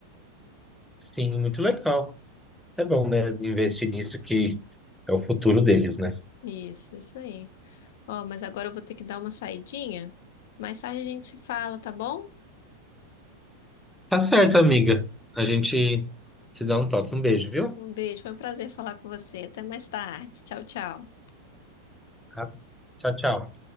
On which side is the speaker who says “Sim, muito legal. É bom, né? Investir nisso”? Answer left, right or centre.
Centre